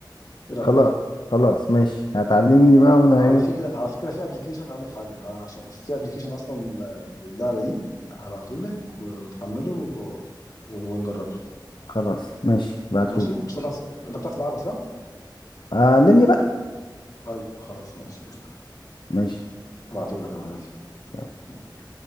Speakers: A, on the left; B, on the left.
A: ايه رايك
B: خلاص خلاص ماشي هتعلمني بقى وانا
A: على
B: ايه
A: فكره على فكره في ابلكيشن اقول لك حاجه عشان في ابلكيشن اصلا للعبه دي هبعته لك وتحمله و- ونجربها
B: خلاص ماشي بعتهولي
A: ماشي مش هتعرف انت بتعرف تلعبها صح
B: علمني بقى
A: طيب خلاص ماشي قشطه
B: ماشي
A: هبعته لك اهو
B: يلا
A: يلا